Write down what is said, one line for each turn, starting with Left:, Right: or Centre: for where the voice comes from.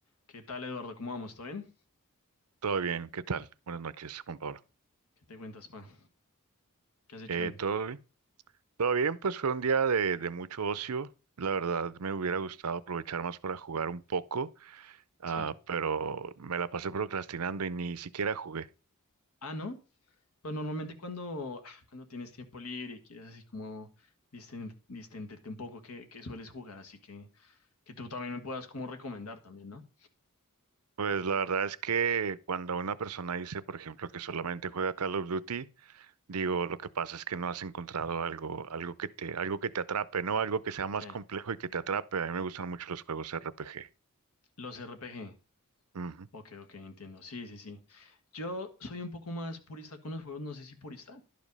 Left: ¿Qué tal, Eduardo? ¿Cómo vamos? ¿Todo bien?
Right: Todo bien, ¿qué tal? Buenas noches, Juan Pablo.
Left: ¿Qué te cuentas, pa? ¿Qué has hecho
Right: Eh,
Left: hoy?
Right: ¿todo bien? Todo bien, pues fue un día de, de mucho ocio. La verdad me hubiera gustado aprovechar más para jugar un poco, ah,
Left: Sí.
Right: pero me la pasé procrastinando y ni siquiera jugué.
Left: Ah, ¿no? Pues normalmente cuando, ah, cuando tienes tiempo libre y quieres así como disten- distenderte un poco, ¿qué, qué sueles jugar? Así que, que tú también me puedas como recomendar también, ¿no?
Right: Pues la verdad es que cuando una persona dice, por ejemplo, que solamente juega Call of Duty, digo, lo que pasa es que no has encontrado algo, algo que te, algo que te atrape, ¿no? Algo que sea más
Left: Sí.
Right: complejo y que te atrape. A mí me gustan mucho los juegos RPG.
Left: Los RPG.
Right: Ujú.
Left: Ok, ok, entiendo. Sí, sí, sí. Yo soy un poco más purista con los juegos, no sé si purista,